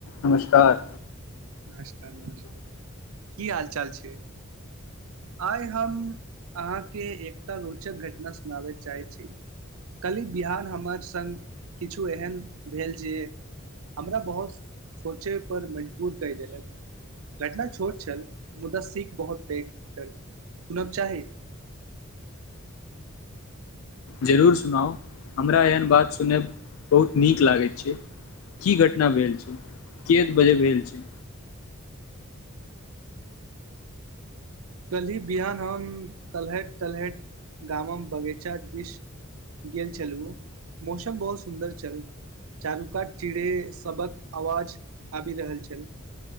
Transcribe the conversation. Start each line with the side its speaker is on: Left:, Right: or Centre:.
Left: नमस्कार
Right: नमस्कार नमस्कार की हाल चाल छै आइ हम अहाँके एकटा रोचक घटना सुनाबे चाहैय छी कनी बिहान हमर संग किछु एहन भेल जे हमरा बहुत सोचे पर कहि देलक घटना छोट छल मुदा सीख बहुत पैघ छल सुनब चाही
Left: जरूर सुनाउ हमरा एहन बात सुनय बहुत नीक लागैत छै की घटना भेल छै कि बजे भेल छै
Right: कल्हि बिहान हम तलहट तलहट गाम मे बगीचा दिस गेल छलहुँ मौसम बहुत सुन्दर छल चारु का चिड़े सबक आवाज आबि रहल छल